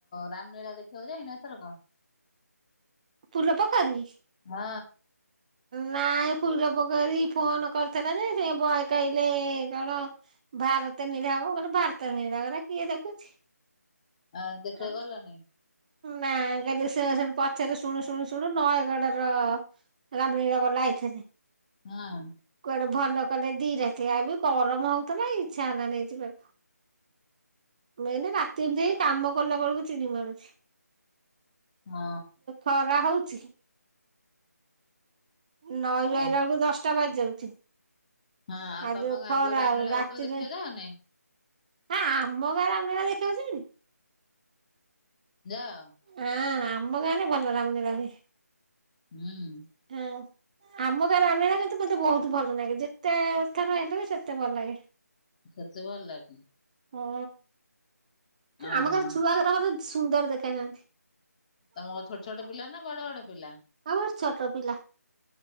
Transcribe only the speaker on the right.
ଫୁଲ ପୋଖରି?
ନାଇଁ ଫୁଲପୋଖରୀ ଫୋନ କରିଥିଲା ଯେ ସେ ବହେ କହିଲେ କଣ ଭାରତ ନୀଳା ହବ ମୁଁ କହିଲି ଭାରତ ନୀଳା ଗୁରା କିଏ ଦେଖୁଛି।
ଆ
ନା ଏବେ ସେ ପଛରେ ଶୁଣୁ ଶୁଣୁ ଶୁଣୁ ନୟାଗଡର ରାମନୀଳା ବଲା ଆଇଥିଲେ।
କୁଆଡେ ଭଲ କଲେ ଦି ରାତି ଆଉ ବି ଗରମ ହଉଥିଲା ଇଛା ହେଲାନାଇ ଯିବାକୁ।
ମେନ ରାତି ନ୍ଦ୍ରୀ କାମ କଲା ବେଳକୁ ଚିଡି ମାରୁୁଛି।
ଖରା ହଉଛି। ନଈ ରୁ
ଆଇଲା ବେଳକୁ ଦଶଟା ବାଜି ଯାଉଛି।
ଆଉ
ଯୋଉ
ଖରା
ଆଉ ରାତିରେ
ହଁ ଆମ ଗାଁ ରାମଲୀଳା ଦେଖିବାକୁ ଯିବିନି।
ହଁ, ଆମ ଗାଁ ରେ ଭଲ ରାମନୀଳା ହୁଏ।
ହଁ ଆମ ଗାଁ ରାମନୀଳା କିନ୍ତୁ ମୋତେ ବହୁତ ଭଲ ଲାଗେ ଯେତେ ଥର ହେଲେ ବି ସେତେ ଭଲ ଲାଗେ।
ହୁଁ,
ଆମ ଗାଁ ରେ ଛୁଆ ଗୁରା ମାନେ ସୁନ୍ଦର ଦେଖା ଯାଆନ୍ତି।
ଆମର ଛୋଟ ପିଲା।